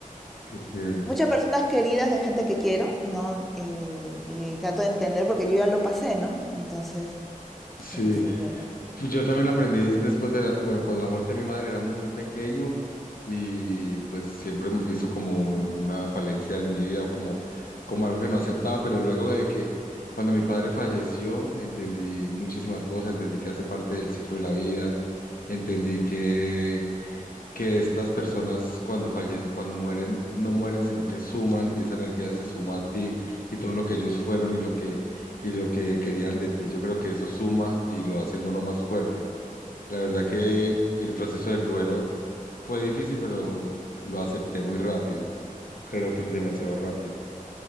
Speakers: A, on the left; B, in the centre.
A: ¿Qué quiere?
B: Muchas personas queridas de gente que quiero, ¿no? Y, y trato de entender porque yo ya lo pasé, ¿no? Entonces,
A: Sí,
B: es así de...
A: Pues Yo también aprendí después de la- bueno, cuando la muerte de mi madre era muy pequeño y pues siempre mo- hizo como un- una falencia en mi vida o como, como algo que no aceptaba, pero luego de que cuando mi padre falleció entendí muchísimas cosas, entendí que hace parte del ciclo de la vida, entendí que que estas personas cuando falle, cuando mueren, no mueren, sino que suman y esa energía se suma a ti y todo lo que ellos fueron y lo que, y lo que querían de ti. Yo creo que eso suma y lo va haciendo uno más fuerte. La verdad que el proceso del duelo fue difícil, pero lo acepté muy rápido. Creo que demasiado rápido.